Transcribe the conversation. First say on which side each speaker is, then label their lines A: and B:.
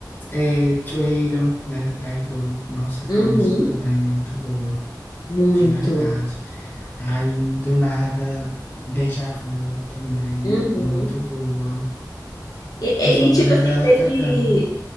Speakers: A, on the left; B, on the left.
A: É Traitor, né? Traidor. Nossa, aquela
B: Uhum.
A: música também é muito boa.
B: Muito.
A: de verdade. Aí, do nada, Deja Vu também,
B: Uhum.
A: muito boa.
B: E, e-
A: Eu só me
B: e, tipo
A: lembro
B: assim,
A: ela
B: teve,
A: cantando.